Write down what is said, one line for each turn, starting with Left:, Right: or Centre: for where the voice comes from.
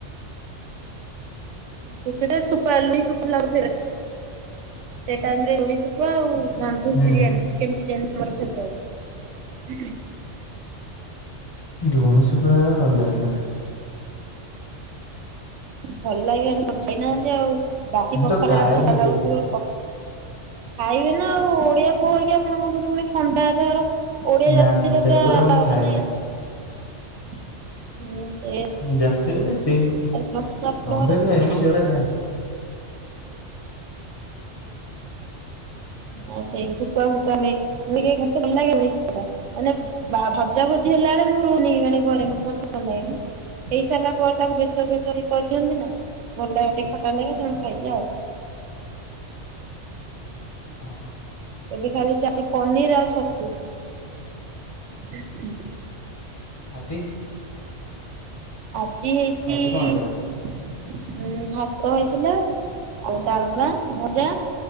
Right: <unintelligible> ଖାଉ ଥିଲିସେ ଟାଇମରେ ଲୁଣିଶୁଖୁଆ ଆଉ ନନ
Left: ହୁଁ
Right: ଭେଜ ବିରିୟାନୀ ଚିକେନ ବିରିୟାନୀ ତୁମର ଫେଭରେଟ?
Left: ଲୁଣି ଶୁଖୁଆ ଭଲ ଲାଗେନି ମତେ।
Right: ଭଲ ଲାଗିବନି କେବେ ଖାଇନାହାନ୍ତି ଆଉ ବସି
Left: ମୁଁ
Right: ପଖାଲା
Left: ତ ଖାଏନି
Right: ଯୋଟା ଖଟା
Left: କେବେ
Right: ଲାଗୁଥିବ ଖାଇବେ ନା ଆଉ ଓଡିଆ ପୁଅ ହେଇକି ଆପଣ କହୁଛନ୍ତି ବୋଲି ଖଣ୍ଡାୟତ ଘର ଓଡ଼ିଆ
Left: ନା
Right: ଜାତିରେ
Left: ନା ସେଗୁରା
Right: ପୁରା
Left: ମୁଁ ଖାଏନି।
Right: ମାନେ ହୁଁ ସେ
Left: ଜାତି <inaudible> ସେ ନନଭେଜ
Right: ଆପଣଙ୍କର
Left: ଖାଏକି ସେଗୁଡା ଖାଏ।
Right: ହଁ ସେଇ ଶୁଖୁଆ ଫୁକୁଆ <inaudible> ମତେ ଭଲ ଲାଗେଣି ଶୁଖୁଆ ମାନେ ବା ଭଜା ଭଜି ହେଲା ବେଳେ ମୁଁ ରହୁନି ମାନେ ଘରେ ମତେ ପସନ୍ଦ ନାହିଁ। ହେଇ ସାରିଲା ପରେ ତାକୁ ବେସର ଫେସର କରିଦିଅନ୍ତି ନା ଭଲ ଲାଗେ ଟିକେ ଖରା ଲାଗେ ତେଣୁ ଖାଇଦି ଆଉ।
Left: ଅ ହ।
Right: ଏବେ ଖାଲି ଚାଲିଛି ପନିର ଆଉ ଛତୁ। ହଁ ହଁ।
Left: ଆଜି
Right: ଆଜି ହେଇଛି
Left: ଆଜି କଣ ହେଇଥିଲା?
Right: ଉନ୍ ଭାତ ହେଇଥିଲା ଆଉ ଡାଲମା ଭଜା